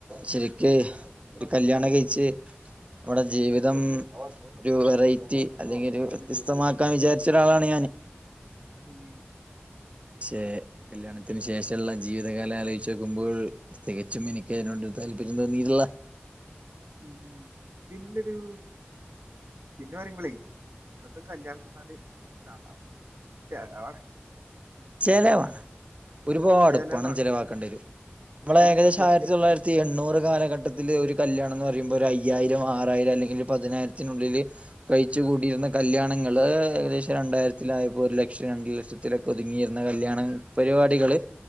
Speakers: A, on the right; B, on the right.
A: ശെരിക്ക് ഒരു കല്യാണം കയ്ച്ച് ഓളെ ജീവിതം രു വെറൈറ്റി അല്ലെങ്കില് വിസ്തമാക്കാൻ വിജാര്ച്ചരാളാണ് ഞാൻ
B: ഉം
A: പക്ഷെ കല്യാണത്തിന് ശേഷള്ള ജീവിതകാലാലോയ് ച്ചഗുമ്പോൾ തികച്ചും എനിക്ക് അയ്നൊട് താല്പരര്യം തോന്നീള്ള
B: ഉം പിന്നരൂ പിന്നെ പറയുമ്പളെയ് ഇപ്പത്തെ കല്യാണംന്ന് പർഞ്ഞാല് നാണ ചെലവാണ്
A: ചിലവാണ്.
B: ഉം
A: ഒരുപാട്
B: ചെലവാണ്
A: പണം ചിലവാക്കേണ്ടി വരും. നമ്മള
B: പിന്നെ
A: ഏകദേശം
B: കുട്ടി
A: ആയിരത്തി തൊള്ളായിരത്തി എണ്ണൂറ് കാലഘട്ടത്തിൽ ഒരു കല്യാണം എന്ന് പറയുമ്പോൾ, ഒരു അയ്യായിരം ആറായിരം അല്ലെങ്കിൽ പതിനായിരത്തിനുള്ളിൽ. കഴിച്ച കൂടിയിരുന്ന കല്യാണങ്ങൾ ഏകദേശം രണ്ടായിരത്തിലായപ്പോ ഒരു ലക്ഷം രണ്ട് ലക്ഷത്തിലൊക്കെ. ഒതുങ്ങിയിരുന്ന കല്യാണ പരിപാടികള്.